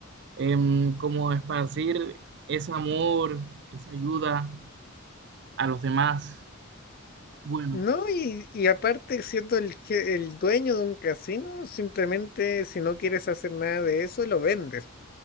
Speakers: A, on the right; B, on the left.
A: em, como esparcir ese amor, esa ayuda a los demás. Bueno.
B: No, y, y aparte, siendo el, je- el dueño de un casino, simplemente si no quieres hacer nada de eso, lo vendes.